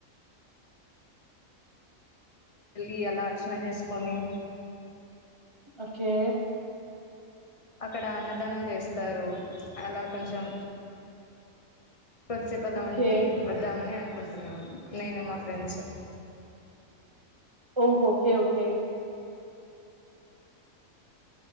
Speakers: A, on the left; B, on the right.
A: ఈయల అర్చనా చేసుకొని
B: ఒకే
A: అక్కడ అన్నదానం చేస్తారు అలా కొంచెం కొద్దిసేపు అలా
B: ఓకే
A: ఉండీ ఒద్దామని అనుక్ కుంటున్నాం నేను మా ఫ్రెండ్స్
B: ఓహో ఓకే ఓకే